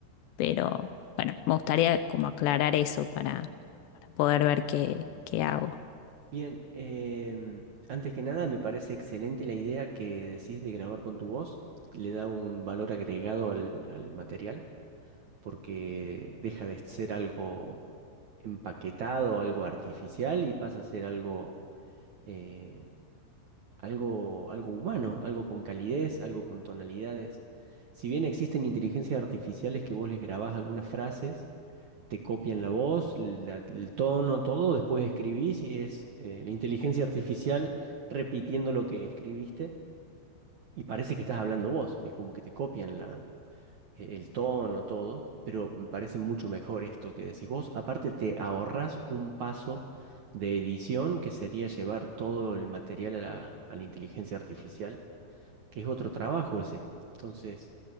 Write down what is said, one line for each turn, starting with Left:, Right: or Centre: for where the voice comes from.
Left: Pero bueno, me gustaría como aclarar eso para, para poder ver qué, qué hago.
Right: Bien, em, antes que nada me parece excelente la idea que decís de grabar con tu voz. Le da un valor agregado al, al material porque deja de ser algo empaquetado, algo artificial y pasa a ser algo, eh, algo, algo humano, algo con calidez, algo con tonalidades. Si bien existen inteligencias artificiales que vos les grabás algunas frases te copian la voz, la- el tono, todo, después escribís y es eh, la inteligencia artificial repitiendo lo que escribiste y parece que estás hablando vos, es como que te copian la, e- el tono, todo, pero me parece mucho mejor esto que decís vos. Aparte te ahorras un paso de edición que sería llevar todo el material a la, a la inteligencia artificial, que es otro trabajo ese. Entonces,